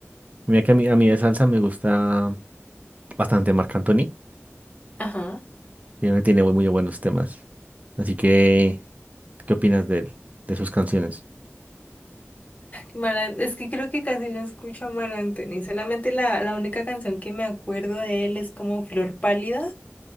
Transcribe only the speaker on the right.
Mira que a mí, a mí de salsa me gusta bastante Marc Anthony.
Tiene, tiene muy, muy buenos temas. Así que, ¿qué opinas de él, de sus canciones?